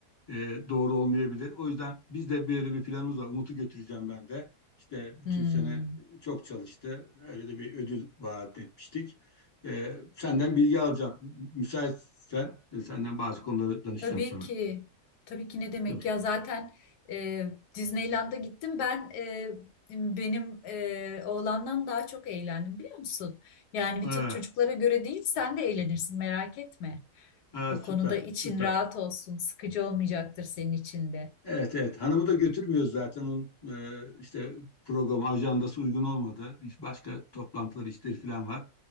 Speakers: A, on the left; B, on the left.
A: e, doğru olmayabilir. O yüzden biz de böyle bir planımız var. Umut'u götüreceğim ben de. İşte bütün
B: Hmm.
A: sene çok çalıştı. Öyle de bir ödül vaat etmiştik. Ee, senden bilgi alacağım. Müsaitsen e, senden bazı konuları danışacağım
B: Tabii
A: sana.
B: ki. Tabii ki ne demek
A: Tabii.
B: ya zaten e, Disneyland'a gittim ben e, benim e, oğlandan daha çok eğlendim biliyor musun? Yani
A: Ha,
B: bir tek çocuklara göre değil sen de eğlenirsin merak etme.
A: ha,
B: O
A: süper,
B: konuda için
A: süper.
B: rahat olsun sıkıcı olmayacaktır senin için de.
A: Evet, evet. Hanımı da götürmüyoruz zaten. Onun e, işte programı, ajandası uygun olmadı. İş- Başka toplantılar, işleri falan var.